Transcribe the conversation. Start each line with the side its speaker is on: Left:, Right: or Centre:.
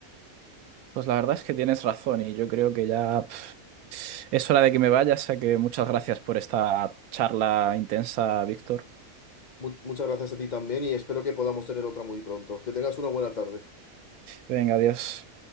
Right: Pues la verdad es que tienes razón y yo creo que ya pf, es hora de que me vaya, así que muchas gracias por esta charla intensa, Víctor.
Left: Mu- muchas gracias a ti también y espero que podamos tener otra muy pronto. Que tengas una buena tarde.
Right: Venga, adiós.